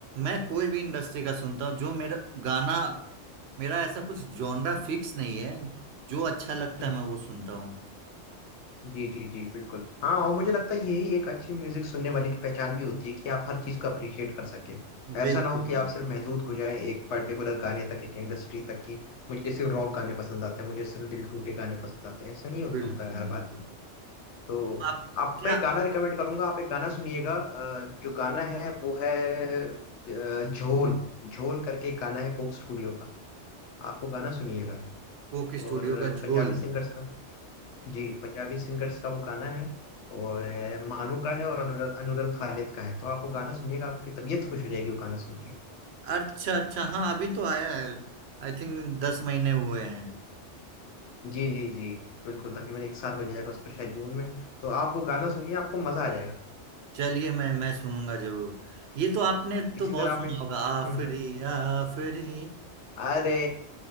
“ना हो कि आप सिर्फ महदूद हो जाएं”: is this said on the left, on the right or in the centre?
Left